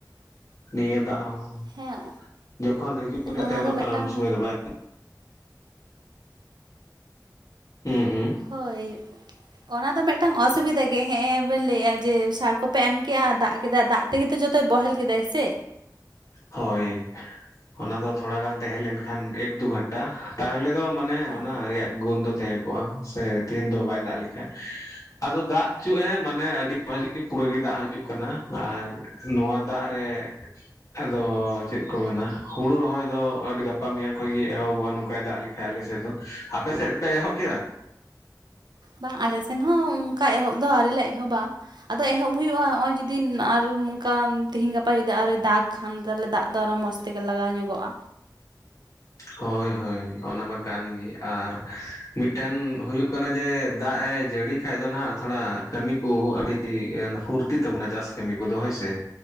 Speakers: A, on the left (about 50°); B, on the right (about 80°).
A: ᱱᱤᱭᱟᱹ ᱫᱟᱜ ᱦᱚᱸ
B: ᱦᱮᱸ
A: ᱡᱚᱠᱷᱚᱱ ᱦᱤᱡᱩᱜ ᱨᱮᱭᱟᱜ
B: ᱚᱱᱟ
A: ᱛᱟᱦᱮᱱᱚᱜ
B: ᱫᱚ ᱢᱮᱫᱴᱟᱝ
A: ᱠᱟᱱᱟ ᱩᱱ ᱥᱚᱢᱚᱭ ᱫᱚ ᱵᱟᱭ ᱦᱩᱸ ᱦᱩᱸ
B: ᱦᱳᱭ ᱚᱱᱟ ᱫᱚ ᱢᱮᱫᱴᱟᱝ ᱚᱥᱩᱵᱤᱫᱷᱟ ᱜᱮ ᱦᱮᱸ ᱵᱮᱱ ᱞᱟᱹᱭᱮᱜ-ᱟ ᱡᱮ ᱥᱟᱨ ᱠᱚᱯᱮ ᱮᱢ ᱠᱮᱜ-ᱟ ᱫᱟᱜ ᱠᱮᱫᱟ ᱫᱟᱜ ᱛᱮᱜᱮ ᱡᱚᱛᱚᱭ ᱵᱚᱦᱮᱞ ᱠᱮᱫᱟᱭ ᱥᱮ᱾
A: ᱦᱳᱭ ᱚᱱᱟ ᱫᱚ ᱛᱷᱚᱲᱟ ᱜᱟᱱ ᱛᱮᱦᱮᱸ ᱞᱮᱱᱠᱷᱟᱱ ᱮᱠ ᱫᱩ ᱜᱷᱟᱱᱴᱟ ᱛᱟᱦᱚᱞᱮ ᱫᱚ ᱢᱟ ᱢᱟᱱᱮ
B: ᱦᱮᱸ
A: ᱚᱱᱟ ᱨᱮᱭᱟᱜ ᱜᱩᱱ ᱫᱚ ᱛᱮᱦᱮᱸ ᱠᱚᱜ-ᱟ ᱥᱮ ᱛᱤᱦᱤᱧ ᱫᱚ ᱵᱟᱭ ᱫᱟᱜ ᱞᱮᱠᱷᱟ ᱟᱫᱚ ᱫᱟᱜ ᱪᱩᱜ ᱮ ᱢᱟᱱᱮ ᱟᱹᱰᱤ ᱢᱚᱸᱡᱽ ᱜᱮ ᱯᱩᱨᱟᱹ ᱜᱮ ᱫᱟᱜ ᱦᱤᱡᱩᱜ ᱠᱟᱱᱟ ᱟᱨ ᱱᱚᱣᱟ ᱫᱟᱜ ᱨᱮ <inaudible> ᱟᱫᱚ ᱪᱮᱫ ᱠᱚ ᱢᱮᱱᱟ ᱦᱩᱲᱩ ᱨᱚᱦᱚᱭ ᱫᱚ ᱟᱹᱰ ᱜᱟᱯᱟ ᱢᱮᱭᱟᱝ ᱠᱷᱚᱡ ᱜᱮ ᱮᱦᱚᱵᱚᱜ-ᱟ ᱱᱚᱝᱠᱟᱭ ᱫᱟᱜ ᱞᱮᱠᱷᱟᱱ ᱟᱞᱮᱥᱮᱫ ᱫᱚ, ᱟᱯᱮ ᱥᱮᱫ ᱯᱮ ᱮᱦᱚᱜ ᱠᱮᱫᱟ?
B: ᱵᱟᱝ ᱟᱞᱮ ᱥᱮᱱ ᱦᱚᱸ ᱚᱱᱠᱟ ᱮᱦᱚᱵ ᱫᱚ ᱟᱹᱣᱨᱤ ᱞᱮ ᱮᱦᱚᱵᱟ᱾ ᱟᱫᱚ ᱮᱦᱚᱵ ᱦᱩᱭᱩᱜ-ᱟ ᱦᱚᱜ-ᱚᱭ ᱡᱩᱫᱤ ᱟᱨ ᱚᱱᱠᱟ ᱛᱤᱦᱤᱧ ᱜᱟᱯᱟ ᱡᱩᱫᱤ ᱟᱨᱭ ᱫᱟᱜᱽ ᱠᱷᱟᱱ ᱛᱟᱦᱚᱞᱮ ᱫᱟᱜ ᱫᱚ ᱟᱨᱚ ᱢᱚᱡᱽ ᱛᱮᱜᱮ ᱞᱟᱜᱟᱣ ᱧᱚᱜᱚᱜ-ᱟ᱾
A: ᱦᱳᱭ ᱦᱳᱭ ᱚᱱᱟ ᱢᱟ ᱠᱟᱱ ᱜᱮ ᱟᱨ ᱢᱤᱫᱴᱮᱱ ᱦᱩᱭᱩᱜ ᱠᱟᱹᱱᱟ ᱡᱮ ᱫᱟᱜ ᱮ ᱡᱟᱹᱲᱤ ᱠᱷᱟᱡ ᱫᱚ ᱱᱦᱟᱜ ᱛᱷᱚᱲᱟ ᱠᱟᱹᱢᱤ ᱠᱚ ᱟᱹᱰᱤ ᱯᱷᱩᱨᱛᱤᱜ ᱛᱟᱵᱚᱱᱟ ᱪᱟᱥ ᱠᱟᱹᱢᱤ ᱠᱚᱫᱚ ᱦᱳᱭ ᱥᱮ,